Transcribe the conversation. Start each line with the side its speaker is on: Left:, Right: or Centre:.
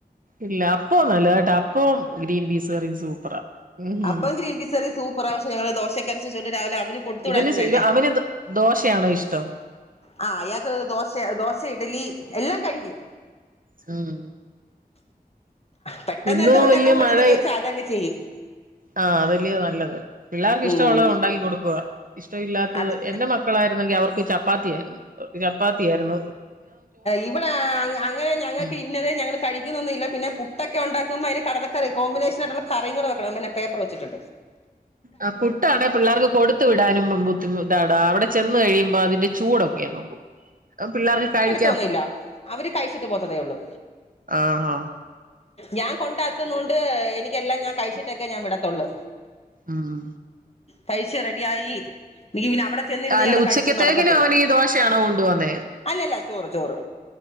Right: ഇല്ല അപ്പ നല്ലതായിട്ടാ അപ്പ ഗ്രീൻ പീസ് കറീ സൂപ്പറാ ഉം
Left: അപ്പം ഗ്രീൻ പിസറി സൂപ്പുറ പക്ഷെങ്ങള് ദോശക്കരച്ചണ്ട് രാവില കൊടുത്ത
Right: ഇവന്
Left: വിടാനും
Right: ശ-
Left: വേണ്ട
Right: ഇവ- അവന് ദോ- ദോശയാണോ ഇഷ്ടം
Left: ആ അയാൾക്ക് ദോശ ദോഷ് ഇഡലി എല്ലാം കഴിക്കും
Right: ഹം
Left: പെട്ടെന്ന്
Right: ഇന്ന്
Left: എന്ദോ ഉണ്ടാക്കാൻ
Right: വല്യ
Left: പറ്റുന്നന്ന്
Right: മഴ
Left: വെച്ചാ അതങ്ങ് ചെയ്യും
Right: ആഹ് അദല്ലിയോ നല്ലത് പിള്ളേർക്ക് ഇഷ്ടമുള്ളത്
Left: ഉം
Right: ഉണ്ടാക്കി കൊടുക്കുക ഇഷ്ടമല്ലാത്തത്
Left: അതെ
Right: എന്റെ മക്കളായിരുന്നെങ്കിൽ അവർക്ക് ചപ്പാത്തി ആയിരുന്നു ചപ്പാത്തി ആയിരുന്നു
Left: ഇവിടെ അങ്ങനെ ഞങ്ങക്ക്
Right: ഉം
Left: ഇന്നദെ ഞങ്ങള് കഴിക്കുന്നൊന്നുല്ല പിന്നെ പുട്ടൊക്കെ ഇണ്ടാക്ക അതിന് കടലക്കറി കോമ്പിനേഷൻ ആയിട്ടുള്ള കറിയും വെക്കണം. പിന്നെ പേപ്പർ വെച്ചിട്ട്
Right: ആ പുട്ടാണെ പിള്ളേർക്ക് കൊടുത്തു വിടാനും ബുദ്ധിമു ഇതാടാ അവിടെ ചെന്ന് കഴിയുമ്പോ അതിന്റെ ചൂടൊക്കെ പിള്ളേർക്ക് കയി
Left: തോന്നില്ല അവര് കഴിച്ചിട്ട് പോത്തതേ ഉള്ളൂ
Right: ആഹ് ആഹ്
Left: ഞാൻ കൊണ്ടാക്കുന്നു കൊണ്ട് എനിക്കെല്ലാം ഞാൻ കഴിച്ചിട്ടക്കെ ഞാൻ വിടത്തുള്ളു.
Right: ആഹ
Left: കഴിച് റെഡിയായി എനിക്ക് പിന്നെ അവിടെ ചെന്നിരുന്ന്
Right: അല്ല
Left: ഇയാളെ
Right: ഉച്ചക്കത്തേക്കിനും
Left: കഴിപ്പൊന്നും നടക്കത്തില്ല
Right: അവന് ഈ ദോശയാണോ കൊണ്ടുവന്നേ
Left: അല്ലല്ല ചോറ് ചോറ്